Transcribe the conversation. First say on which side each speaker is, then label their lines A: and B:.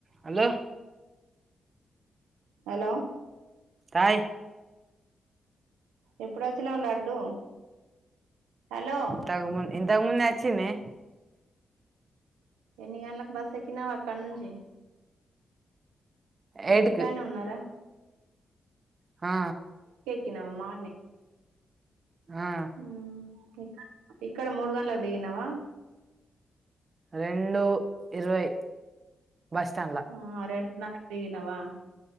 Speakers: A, on the right (about 45°); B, on the right (about 80°).
A: Hello
B: hello
A: hi
B: ఎప్పుడోచ్చినవ్ laddu hello
A: తగ్ మున్ ఇంతక్ ముందే అచ్చినే
B: ఎన్ని గంట్లక్ బస్ ఎక్కినవ్ అక్కడ్ నుంచి
A: ఎయిట్
B: ఏంటికానే ఉన్నారా
A: హా
B: కినవా మార్నింగ్
A: ఆ
B: ఉహుహ్ ఇక్కడ మూడ్ గండ్లకు దిగినావా
A: రెండు ఇరవై బస్ స్టాండ్ల
B: ఆ రెండు నార్క్ దిగినవా